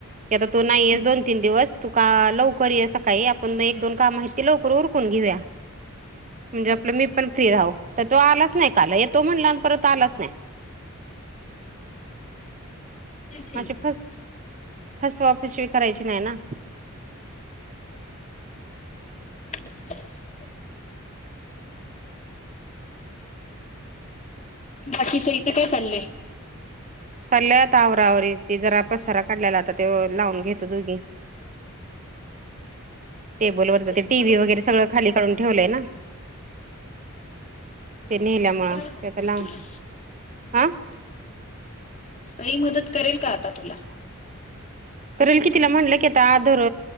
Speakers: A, on the right; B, on the left.
A: आता तू नाहीयेस
B: हम्म
A: दोन तीन दिवस तू का लवकर ये सकाळी आपण एक दोन कामं आहेत ती लवकर उर कून घेऊया. म्हणजे
B: बरोबर
A: आपलं
B: आहे की
A: मी पण फ्री राहो, तर तो आलाच नाही काल येतो. म्हणला परत आलाच नाही.
B: असं नाही केलं
A: मग फस फसवा फसवी करायची नाही ना.
B: <inaudible> बाकी सईचं काय चाललंय.
A: चालल्या आता आवरा आवरी ते जरा, पसारा काढलेला आता ते लावून घेतो दोघी. टेबलवरच
B: आता
A: ते टी
B: मदत
A: व्ही वगैरे, सगळं खाली काढून ठेवलंय ना. ते नेल्यामुंळ,
B: कराल का
A: ते
B: मदत
A: आता लांब
B: तुला
A: हा.
B: सई मदत करेल का आता तुला?
A: करेल
B: ती पण
A: कि
B: दमून
A: तिला म्हटलं
B: आली आहे
A: की आता
B: ना
A: धरू